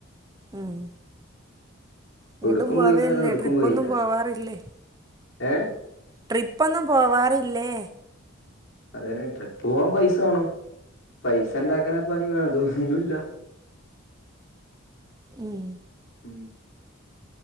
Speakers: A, on the right; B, on the left.
A: ഉം ങ്ങട്ടും
B: ഒടുക്കും
A: പോവല്ലേ
B: പോയില്ല പറഞ്ഞ ഒടുക്കും
A: ട്രിപ്പൊന്നും
B: പോയില്ല
A: പോവാറില്ലേ
B: ഏ
A: ട്രിപ്പൊന്നും പോവാറില്ലേ
B: അതന്നെ ട്രിപ്പ് പോവാൻ പൈസവാണം പൈസ ണ്ടാക്കനെ പണി വേണം ഇതോന്നുല്ല
A: ഉം
B: ഉം